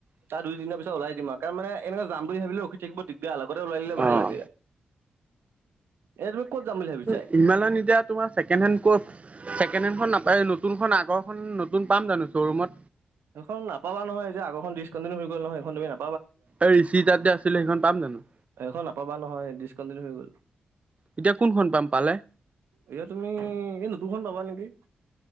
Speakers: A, on the right; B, on the right.
A: তাৰ দুইদিনৰ পিছত ওলাই দিম আৰু, কাৰণ মানে এনেকা যাম বুলি ভাবিলে ৰখি থাকিব লগতে ওলাই দিলে ভাল
B: অঁ
A: লাগে। এয়া তুমি ক'ত যাম বুলি ভাবি
B: হিমায়ত এতিয়া তোমাৰ ছেকেণ্ড হে ক ছেকেডেখন নাপায় নতুনখন আগৰখন নতুন পাম জানো শ্ব'ৰুমত?
A: সখন নাপাবা নয়, যে আগখনিছ কণ্টিনিউ হৈ গ'ল নহয় ইখন তুমি না
B: এই ঋষিৰ তাত যে আছিলে সেইখন পাম জানো?
A: সেইখন নাপাবা নহয় ডিচকণ্টিনিউ হৈ গ'ল।
B: এতিয়া কোনখন পাম পালে
A: এয়া তুমি এই নতুনখন পাবা নেকি।